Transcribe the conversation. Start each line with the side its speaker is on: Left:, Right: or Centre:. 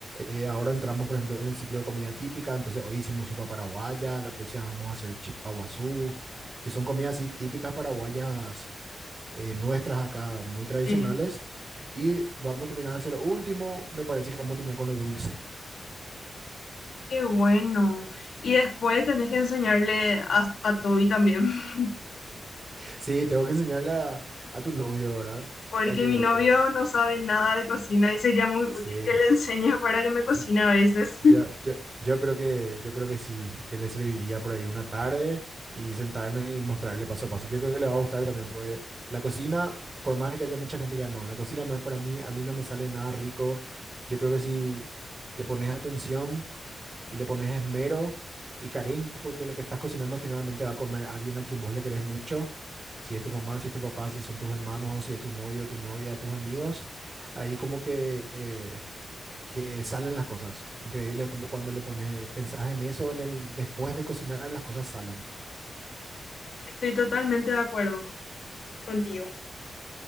Right: Eh, ahora entramos, por ejemplo, en el ciclo de comida típica, entonces hoy hicimos sopa paraguaya, la próxima vamos a hacer chipa guazú, que son comidas así típicas paraguayas eh, nuestras acá muy tradicionales
Left: eh,
Right: y vamos a terminar hacia lo último, me parece que vamos a terminar con lo dulce.
Left: qué bueno. Y después tenés que enseñarle a, a Toby también, <laughs>
Right: Sí, tengo que enseñarle a, a tu novio, ¿verdad?
Left: porque
Right: hay que,
Left: mi
Right: ver
Left: novio no sabe nada de cocina y sería muy útil
Right: sí,
Left: que le enseñe para que me cocine
Right: sí,
Left: a veces.
Right: yo,
Left: <laughs>
Right: yo, yo creo que, yo creo que sí, que le serviría por ahí una tarde y sentarnos y mostrarle paso a paso. Yo creo que le va a gustar también, porque la cocina, por más de que haya mucha gente que ya no, la cocina no es para mí, a mí no me sale nada rico. Yo creo que si le pones atención y le pones esmero y cariño, porque lo que estás cocinando finalmente va a comer alguien a quien vos le querés mucho. Si es tu mamá, si es tu papá, si son tus hermanos, si es tu novio, tu novia, tus amigos, ahí como que, eh, que salen las cosas. Increíble como cuando le pones, pensás en eso, en el después de cocinar, las cosas salen.
Left: Estoy totalmente de acuerdo. contigo.